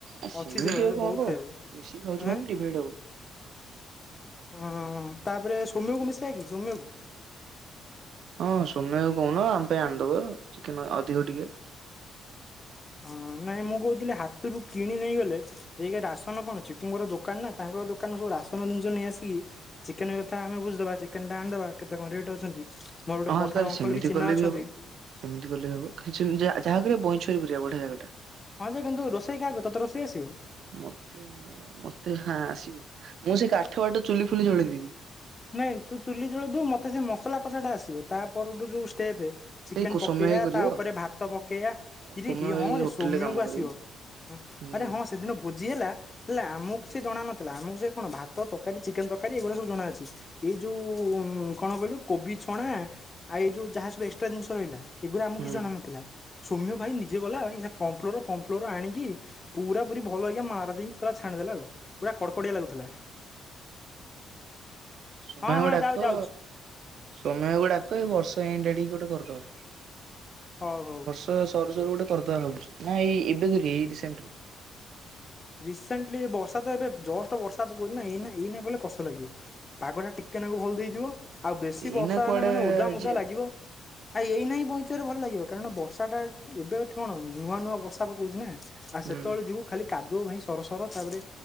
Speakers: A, on the right (about 70°); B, on the left (about 30°).
A: ଆ ସିମିତି
B: ଅଛି ସେଭଳିଆ
A: ଆଉ
B: ସେ
A: କଁ
B: ବହୁତ
A: ହବ।
B: ଖାଇବ
A: ମିଶିକି ଖାଉଚୁ
B: ଆଁ
A: ମାନେ ଡିଭାଇଡ୍ ହବ।
B: ଅଁ ତାପରେ ସୋମ୍ୟକୁ ମିଶେଇଆ କି ସୋମ୍ୟକୁ।
A: ହଁ ସୋମ୍ୟକୁ କହୁନ ଆମ ପାଇଁ ଆଣିଦବ, ଚିକେନ୍ ଅ ଅଧିକ ଟିକେ।
B: ଆଁ ନାଇଁ ମୁଁ କଉଥିଲି ହାତୁରୁ କିଣି ନେଇଗଲେ ଏକ୍ ରେ ରାସନ କଣ ଚିକୁୁଙ୍କର ଦୋକାନ ନା ତାଙ୍କ ଦୋକାନରୁ ସବୁ ରାସନ ଜିନିଷ ନେଇଆସିକି ଚିକେନ୍ କଥା ଆମେ ବୁଝିଦବା। ଚିକେନଟା ଆଣିଦବା, କେତେ କଁ ରେଟ୍ ଅଛନ୍ତି? ମୋର ଗୋଟେ
A: ହଁ
B: ପଠାଣ
A: ତାହେଲେ
B: ଅଙ୍କଲ୍
A: ସେମିତି
B: ବି ଚିହ୍ନା
A: କଲେ
B: ଅଛନ୍ତି।
A: ହବ। ସେମିତି କଲେ ବି ହବ। ଖିଚିଂ ଯା ଯାହା କରିବା ବଇଁଛୁଆ ହିଁ କରିବା, ବଢିଆ ଜାଗା।
B: ହଁ ଯେ କିନ୍ତୁ ରୋଷେଇ କାହାକୁ ତତେ ରୋଷେଇ ଆସିବ।
A: ମତେ, ମତେ ହାଁ ଆସିବ। ମୁଁ ସେଇ କାଠ ଫାଠ ଚୁଲି ଫୁଲି ଜଳେଇଦେବି।
B: ନାଇଁ ତୁ ଚୁଲି ଜଳେଇଦବୁ ମତେ ସେ ମସଲା କଷାଟା ଆସିବ। ତା ପରୁଠୁ ଯୋଉ ଷ୍ଟେପ୍ ଚିକେନ
A: ସେଇ
B: ପକେଇଆ
A: ସୋମ୍ୟ ଭାଇ କରିବ।
B: ତା ଉପରେ ଭାତ ପକେଇଆ। ଇରେ
A: ସୋମ୍ୟ
B: ହି
A: ଭାଇ
B: ହଁ ରେ
A: ହୋଟେଲରେ
B: ସୋମ୍ୟକୁ
A: କାମ
B: ଆସିବ।
A: କରେ କି
B: ହଁ
A: ହୁଁ
B: ଆରେ ହଁ ସେଦିନ ଭୋଜି ହେଲା ହେଲା ଆମୁକୁ କିଛି ଜଣା ନଥିଲା। ଆମୁକୁ ସେଇ କଣ ଭାତ, ତକାରୀ, ଚିକେନ ତରକାରୀ ଏଇଗୁଡା ସବୁ ଜଣା ଅଛି। ଏ ଯୋଉ ଉଁ କଣ କଇଲୁ କୋବି ଛଣା ଆଉ ଏଇ ଯୋଉ ଯାହା ସବୁ ଏକ୍ସଟ୍ରା ଜିନିଷ ରହିଲା। ଏଗୁରା ଆମୁକୁ
A: ହୁଁ।
B: କିଛି ଜଣା ନଥିଲା। ସୋମ୍ୟ ଭାଇ ନିଜେ ଗଲା <unintelligible> କମ୍ଫ୍ଲର୍ ଫମ୍ଫ୍ଲର୍ ଆଣିକି ପୁରା ପୁରି ଭଲକି ମାର୍ ଦେଇକି ପୁରା ଛାଣିଦେଲା ଆଉ। ପୁରା କଡକଡିଆ ଲାଗୁଥିଲା।
A: ସୁମାକୁ
B: ହଁ ହଁ
A: ଡାକ।
B: ଯାଉ ଯାଉଛି
A: ସୋମ୍ୟାକୁ ଡାକ ଏ ବର୍ଷ ଏଣ୍ଡ୍ ଆଡିକି ଗୋଟେ କରିଦବା।
B: ହଉ ହଉ।
A: ତ ସରୁ ସରୁ ଗୋଟେ କରିଦବା ଭାବୁଥିଲି। ନା ଏଇ ଏବେ କରିବା ଏଇ ରିସେଣ୍ଟରେ
B: ରିସେଣ୍ଟ୍ଲି ବର୍ଷା ତ ଏବେ ଜଷ୍ଟ ବର୍ଷା ପକଉଚି ନା, ଏଇନା ଏଇନା କଲେ କଷ ଲାଗିବ। ପାଗଟା ଟିକେ ନାକୁ ଭଲ୍ ଦେଇଥିବ। ଆଉ ବେଶୀ
A: ଏଇନା
B: ବର୍ଷା
A: କୁଆଡେ
B: ହେଲେ ମାନେ ଓଦା ମୋଦା
A: ଯିବା
B: ଲାଗିବ। ଆଉ ଏଇନା ବି ବୋହୁତ ଜୋରେ ଭଲ ଲାଗିବ। କାରଣ ବର୍ଷାଟା ଏବେ କଣ ନୂଆ ନୂଆ ବର୍ଷା ପକଉଚି ନା। ଆ
A: ହୁଁ।
B: ସେତବେଳେ ଯିବୁ ଖାଲି କାଦୁଅ ଭାଇ ସରସର। ତାପରେ